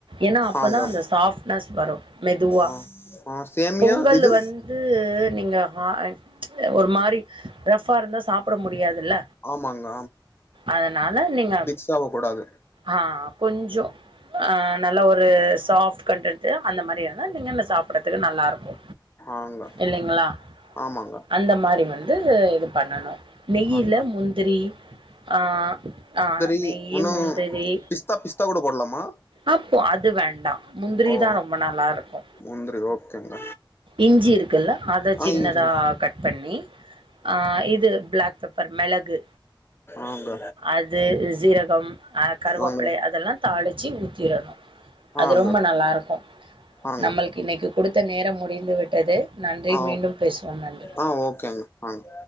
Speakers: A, on the right; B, on the left.
A: ஏனா அப்பதா
B: ஆங்க
A: அந்த சாஃப்ட்னஸ் வரு மெதுவா
B: ஆ ஆ சேமியா
A: பொங்கல்
B: இது
A: வந்து நீங்க அ எ ஒரு மாரி ரஃப்பா இருந்தா சாப்பட முடியாதுல்ல
B: ஆமாங்க
A: அதனால நீங்க
B: சாப்ட கூடாது
A: ஆ கொஞ்சோ ஆ நல்லா ஒரு சாஃப்ட கண்டுட்டு அந்த மாரியான நீங்கள்ன்ன சாப்டறதுக்கு நல்லாருக்கு
B: ஆங்க
A: இல்லைங்களா
B: ஆமாங்க
A: அந்த மாரி வந்து இது பண்ணணு நெய்யில
B: ஆங்க
A: முந்திரி ஆ ஆ
B: இ
A: நெய்
B: ஒன்னு
A: முந்திரி
B: பிஸ்தா பிஸ்தா கூட போடலாமா
A: அப்போ அது வேண்டா முந்திரிதா
B: ஓ
A: ரொம்ப நல்லாருக்கு
B: முந்திரி ஓகேங்க
A: இஞ்சி இருக்குல்ல அத
B: ஆ
A: சின்னதா
B: இஞ்சி
A: கட் பண்ணி ஆ இது பிளாக் பெப்பர் மெளகு
B: ஆங்க
A: அது சீரகம் ஆ கருவேப்பல
B: ஆங்க
A: அதெல்லா தாளிச்சு ஊத்திரணு அது
B: ஆங்க
A: ரொம்ப நல்லா இருக்கு
B: ஆங்க
A: நம்மளுக்கு இன்னைக்கு குடுத்த நேரம் முடிந்து விட்டது நன்றி
B: ஆ
A: மீண்டும் பேசுவோம் நன்றி
B: ஆ ஓகேங்க வாங்க